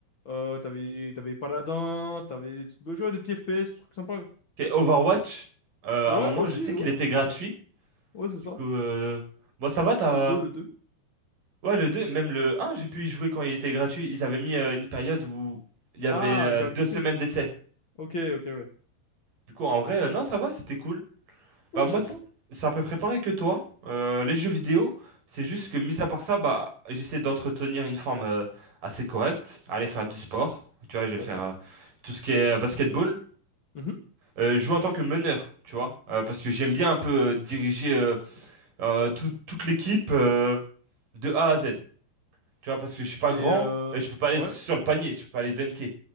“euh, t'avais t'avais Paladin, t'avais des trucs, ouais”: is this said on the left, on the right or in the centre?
Left